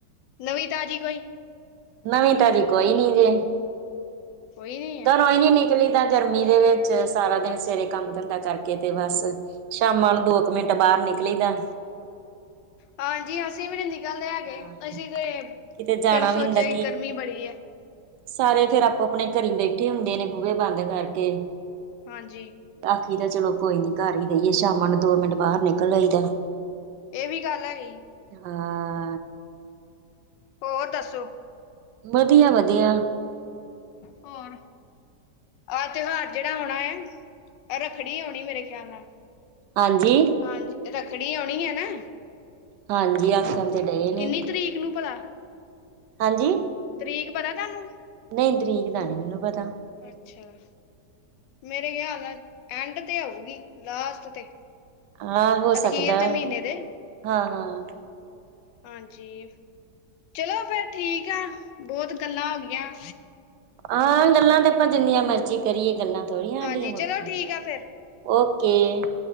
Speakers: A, on the left (about 80°); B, on the right (about 75°).
A: ਨਵੀਂ-ਤਾਜ਼ੀ ਕੋਈ?
B: ਨਵੀਂ-ਤਾਜ਼ੀ ਕੋਈ ਨੀ ਜੇ।
A: ਕੋਈ ਨੀ।
B: ਘਰੋਂ ਈ ਨੀ ਨਿਕਲੀ ਦਾ ਗਰਮੀ ਦੇ ਵਿੱਚ ਸਾਰਾ ਦਿਨ, ਸਵੇਰੇ ਕੰਮ-ਧੰਦਾ ਕਰਕੇ 'ਤੇ ਬਸ। ਸ਼ਾਮਾਂ ਨੂੰ ਦੋ ਕੁ ਮਿੰਟ ਬਾਰ ਨਿਕਲੀ ਦੈ।
A: ਹਾਂਜੀ, ਅਸੀਂ ਵੀ ਨਈ ਨਿਕਲਦੇ
B: ਹਾਂ
A: ਹੈਗੇ, ਅਸੀਂ 'ਤੇ,
B: ਕਿਤੇ ਜਾਣਾ
A: ਫੇਰ ਸੋਚਿਆ
B: ਵੀ ਹੁੰਦਾ
A: ਕਿ ਗਰਮੀ ਬੜੀ ਐ।
B: ਸਾਰੇ ਫੇਰ ਆਪੋ-ਅਪਨੇ ਘਰੀ ਬੈਠੇ ਹੁੰਦੇ ਨੇ ਬੂਹੇ ਬੰਦ ਕਰਕੇ।
A: ਹਾਂਜੀ।
B: ਆਖੀ ਦਾ ਚਲੋ ਕੋਈ ਨੀ ਘਰ ਈ ਰਈਏ, ਸ਼ਾਮਾਂ ਨੂੰ ਦੋ ਮਿੰਟ ਬਾਰ ਨਿਕਲ ਆਈ ਦਾ।
A: ਏਹ ਵੀ ਗੱਲ ਹੈਗੀ।
B: ਹਾਂ।
A: ਹੋਰ ਦੱਸੋ?
B: ਵਦੀਆ-ਵਧੀਆ।
A: ਹੋਰ, ਆਹ ਤੇਉਹਾਰ ਜੇੜਾ ਔਣਾ ਏ, ਐਹ ਰੱਖੜੀ ਔਣੀ ਮੇਰੇ ਖਿਆਲ ਨਾਲ।
B: ਹਾਂਜੀ।
A: ਹਾਂਜੀ, ਰੱਖੜੀ ਔਣੀ ਏ ਨਾ।
B: ਹਾਂਜੀ ਆਖਣ ਤੇ ਡਏ ਨੇ
A: ਕਿੰਨੀ ਤਰੀਕ ਨੂੰ ਭਲਾ?
B: ਹਾਂਜੀ।
A: ਤਰੀਕ ਪਤਾ ਤੁਆਨੂੰ
B: ਨਈ, ਤਰੀਕ ਦਾ ਨੀ ਮੈਨੂੰ ਪਤਾ।
A: ਅੱਛਾ। ਮੇਰੇ ਖਿਆਲ ਨਾਲ ਐਂਡ 'ਤੇ ਆਊਗੀ, ਲਾਸਟ 'ਤੇ।
B: ਹਾਂ ਹੋ ਸਕਦੈ,
A: ਅਖੀਰ ਤੇ ਮਹੀਨੇ ਦੇ
B: ਹਾਂ-ਹਾਂ।
A: ਹਾਂਜੀ, ਚਲੋ ਫੇਰ ਠੀਕ ਐ। ਬੋਤ ਗੱਲਾਂ ਹੋ ਗੀਆ।
B: ਆਂ, ਗੱਲਾਂ 'ਤੇ ਆਪਾਂ ਜਿੰਨੀਆਂ ਮਰਜ਼ੀ ਕਰੀਏ, ਗੱਲਾਂ ਥੋੜੀਆਂ ਹਾਡੀਆਂ
A: ਹਾਂਜੀ
B: ਮੁਕਦੀਆ।
A: ਚਲੋ ਠੀਕ ਆ ਫਿਰ
B: ਓਕੇ,